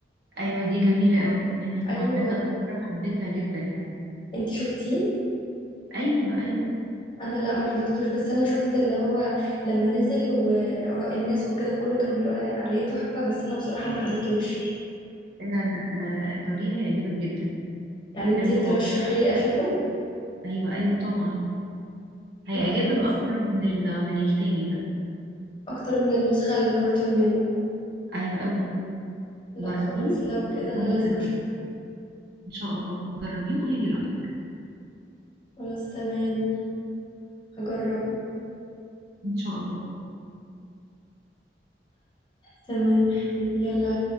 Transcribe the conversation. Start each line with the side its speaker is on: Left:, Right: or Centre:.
Right: ايوه دي جميله قوي يعني انا سمعتها
Left: ايوه
Right: كذا مره وحبيتها جدا يعني
Left: انتي شفتيه
Right: ايوه ايوه
Left: انا لا ما حضرتوش بس انا شفت اللي هو لما نزل واراء الناس وكده كله كان بيقول علي- عليه تحفة بس انا بصراحة ما حضرتوش
Right: لا لا آه، احضريها هيعجبك جدا
Left: يعني
Right: حلو
Left: انتي
Right: خالص
Left: ترشحي لي اشوفه
Right: ايوه ايوه طبعا هيعجبك
Left: لا خالص
Right: اكتر من ال- من التاني ده
Left: اكتر من النسخة الكرتون منه
Right: ايوه قوي
Left: لا
Right: جربيه
Left: خالص لو كده
Right: وقولي
Left: انا لازم
Right: لي رأيك.
Left: اشوفه
Right: ان شاء الله جربيه وقولي لي رايك
Left: خلاص تمام هجربه
Right: ان شاء الله
Left: تمام يا حبيبي يلا